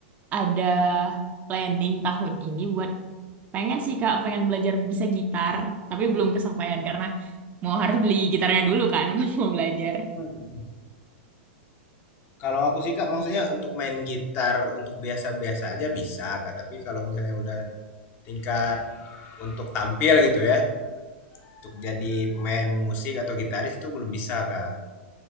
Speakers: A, on the right; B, on the left.
A: ada planning tahun ini buat pengen sih Kak, pengen belajar bisa gitar. Tapi belum kesampaian karena mau harus beli gitarnya dulu kan, <laughs> mau belajar.
B: Hmm. Kalau aku sih Kak, maksudnya untuk main gitar untuk biasa-biasa aja bisa Kak, tapi kalau misalnya udah tingkat untuk tampil gitu ya, untuk jadi pemain musik atau gitaris itu belum bisa Kak.